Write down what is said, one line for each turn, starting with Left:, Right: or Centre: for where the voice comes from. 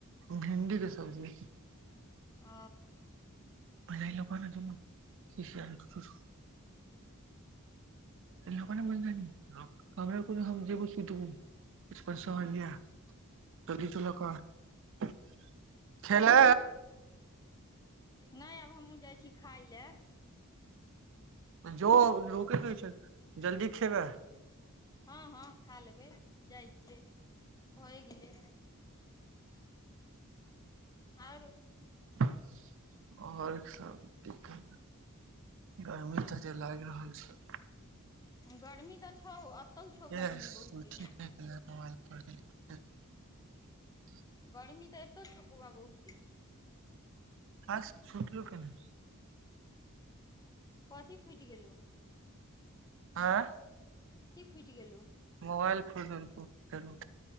Right: भिंडी के सब्जी
Left: ओ
Right: म लोक ने ज मन हम कोनो जे ब सु देब <unintelligible> चलही तो लऽ कऽ खेले
Left: नइ आब हमहूँ जाइ छी खाय लए
Right: जो <unintelligible> जल्दी खेबै
Left: हँ हँ खा लेबै जाइ छियै भए गेलै आउर
Right: आओर सब क गर्मी तऽ लागि रहल छै
Left: गर्मी तऽ छौ एतहु छौ
Right: ये
Left: गर्मी
Right: ठीक
Left: बहुते
Right: नहि केले <unintelligible>
Left: गर्मी तऽ एतो छौ बौआ बहुते
Right: हँ छोटल केने
Left: कथी फुटि गेलो
Right: आँ
Left: फुटि गेलौ
Right: मोबाईल फोइर देलको करू